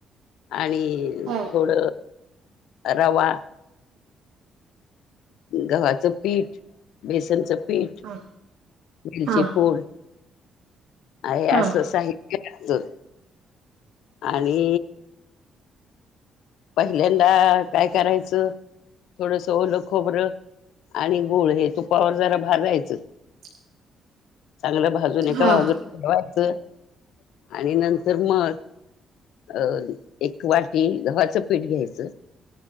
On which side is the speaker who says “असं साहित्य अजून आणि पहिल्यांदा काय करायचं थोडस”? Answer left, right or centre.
Left